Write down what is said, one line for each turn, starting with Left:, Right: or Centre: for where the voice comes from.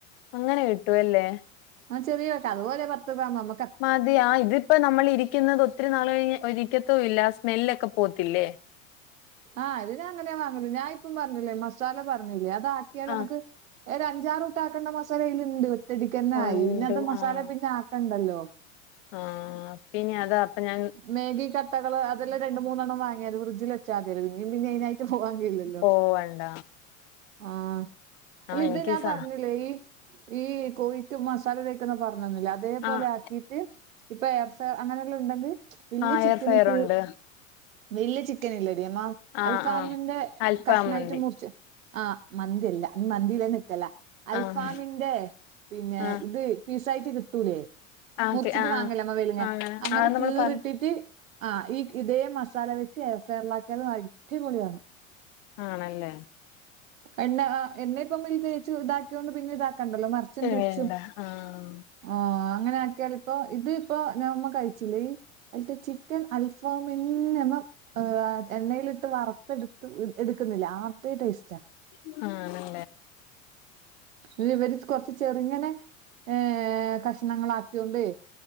Left: അങ്ങനെ കിട്ടുവല്ലേ?
Right: ആ ചെറിയ വക്ക അപോലെ പത്ത് ഗ്രാം നമുക്ക
Left: മതി ആ ഇതിപ്പോ നമ്മൾ ഇരിക്കുന്നത് ഒത്തിരി നാൾ ഒരിക്കത്തും ഇല്ല സ്മെല്ലൊക്കെ പോകത്തില്ലേ
Right: ആഹ് ഇതിന അങ്ങനെയാ വാങ്ങൂ ഞൻ ഇപ്പം പറഞ്ഞില്ലേ മസാല പറഞ്ഞില്ലേ അത ആക്കിയാലൊ
Left: ആ
Right: നമുക്ക് ഒരു അഞ്ചാറൂട്ട ആക്കേണ്ട മസാല അതില ഇണ്ട് ഒറ്റടിക്ക് തന്നെ
Left: ഉണ്ട്
Right: ആയി പിന്നെ അത് മസാല
Left: ആഹ്
Right: പിന്നെ- ക്കണ്ടല്ലോ?
Left: ആഹ് പിന്നെ അതാ അപ്പൊ ഞാൻ
Right: മേഗി കട്ടകൾ അതല്ലാം രണ്ട മൂന്നണ്ണം വാങ്ങിയത് ഫ്രഡ്ജ വെച്ചാ മതിയല്ലോ പിന്ന പിന്നെ അതിന പോവാൻ കയില്ലല്ലോ
Left: പോവണ്ട
Right: ആഹ് അല്ല
Left: ആഹ് എനിക്ക്
Right: ഇത് ഞാൻ
Left: സ
Right: പറഞ്ഞില്ലേ ഈ ഈ കോഴിക്ക് മസാല തേക്കുന്ന പറഞ്ഞന്ന്ല്ലെ അതേപോലെ
Left: ആഹ്
Right: ആക്കീട്ട് ഇപ്പൊ എയർഫ്രയർ അങ്ങനെയല്ല ഉണ്ടെങ്കിൽ വലയ
Left: ആഹ്
Right: ചിക്കനിക്ക്
Left: എയർ ഫയർ ഉണ്ട്
Right: വല്യ ചിക്കല്ലടിയ മാ
Left: ആഹ്
Right: അൽഫാമിന്റെ
Left: ആഹ് അൽഫാം
Right: കഷ്ണമായിട്ട്
Left: മന്തി
Right: മുർച്ച് ആഹ് മന്തില്ല ന്ന് മന്തിവേം നിക്കലാ അൽഫാമിന്റെ
Left: ആഹ്
Right: പിന്നെ
Left: ആഹ്
Right: ഇത് പിസായ്ട്ട് കിട്ടൂലേ
Left: ആഹ്
Right: മുറിച്ചിട്ട്
Left: ആഹ്
Right: വാങ്ങല വേല്ങ്ങേ
Left: ആണ്
Right: അങ്ങനെ
Left: ആഹ് നമ്മള്
Right: കീറിട്ട്ട്ട്
Left: പറ
Right: ആഹ് ഈ ഇതേ മസാല വെച്ച് എയർഫെയറിൽ ആക്ക്യാലും അടിപൊള്യാണ്.
Left: ആണല്ലേ
Right: എണ്ണ എണ്ണ ഇപ്പയ്മല് തേച്ച് താക്ക്യോണ്ട് പിന്നെ ഇതാക്കണ്ടല്ലോ മർ ച്ചൻ തിരിച്ചും
Left: വേണ്ട ആഹ്
Right: ആഹ് അങ്ങനെ ആക്കിയാൽ ഇപ്പൊ ഇത് ഇപ്പോ ഞമ്മ കഴിച്ചില്ല ഈ അൽത്തെ ചിക്കൻ അൽഫാമെന്നെ മം ഏഹ് എണ്ണേല്ട്ട് വറ്ത്തെട്ത്ത് എടുക്കുന്നില്ലെ അതേ ടേസ്റ്റാ
Left: ആഹ്
Right: ഇല്ല ഇവര് കൊർച്ച് ചെർങ്ങനെ ഏഹ് കഷ്ണങ്ങളാക്ക്യോണ്ടെയ്